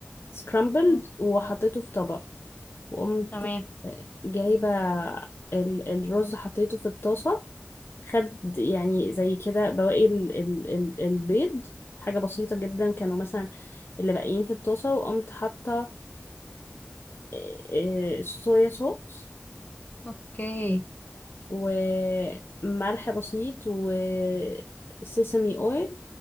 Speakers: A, on the left (about 60°); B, on the left (about 45°).
A: سكرامبلد
B: مم.
A: وحطيته في طبق وقمت
B: تمام
A: آه، جايبة ال- الرز حطيته في الطاسة خد يعني زي كده بواقي ال ال ال البيض حاجة بسيطة جدا كانوا مثلا اللي باقيين في الطاسة وقمت حاطة آه، آه، الصويا صوص
B: اوكي
A: وملح بسيط وسيسمي اويل